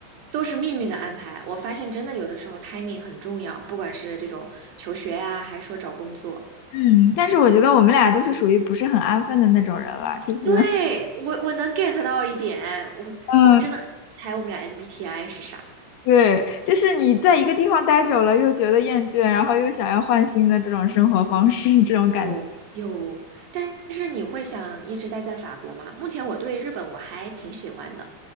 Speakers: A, on the right; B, on the left.
A: 都是命运的安排。我发现真的有的时候 timing 很重要，不管是这种求学啊，还是说找工作。
B: 嗯，但是我觉得我们俩都是属于不是很安分的那种人了，就是，
A: 对，我我能 get 到一点，我我都真的很想猜我们俩
B: 嗯，
A: MBTI 是啥。
B: 对，就是你在一个地方待久了又觉得厌倦，然后又想要换新的这种生活方式，这种感觉。
A: 有有，但是你会想一直待在法国吗？目前我对日本我还挺喜欢的。